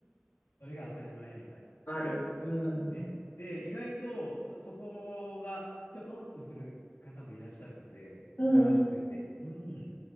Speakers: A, on the left; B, on the left.
A: それが当たり前みたい。
B: ある。うん。
A: ね。で、意外とそこがきょとんとする方もいらっしゃるんで、
B: うん、
A: 話してて、
B: うん、
A: うん。だ